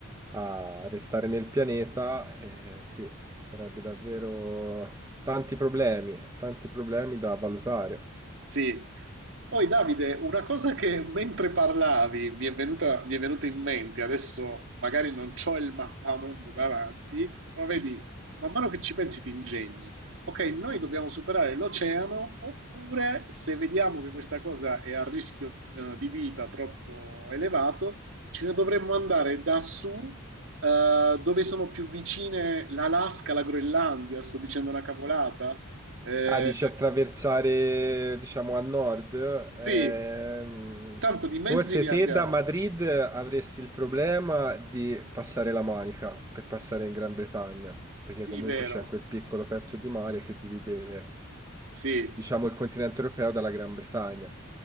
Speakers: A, on the right; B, on the right.
A: a restare nel pianeta, eh, sì, sarebbe davvero tanti problemi, tanti problemi da valutare.
B: Sì. Poi Davide, una cosa che mentre parlavi mi è venuta, mi è venuta in mente, adesso magari non c'ho il mappamondo davanti, però vedi, man mano che ci pensi ti ingegni. Ok, noi dobbiamo superare l'oceano, oppure se vediamo che questa cosa è a rischio eh, di vita troppo elevato, ce ne dovremmo andare da su, eh, dove sono più vicine l'Alaska, la Groenlandia, sto dicendo una cavolata. Eh,
A: Ah, dici attraversare, diciamo, a nord.
B: sì,
A: Ehm,
B: Tanto di mezzi
A: forse
B: ne
A: te
B: abbiamo.
A: da Madrid avresti il problema di passare la Manica per passare in Gran Bretagna, perché
B: Sì,
A: comunque
B: vero.
A: c'è quel piccolo pezzo di mare che divide
B: Sì.
A: diciamo, il continente europeo dalla Gran Bretagna.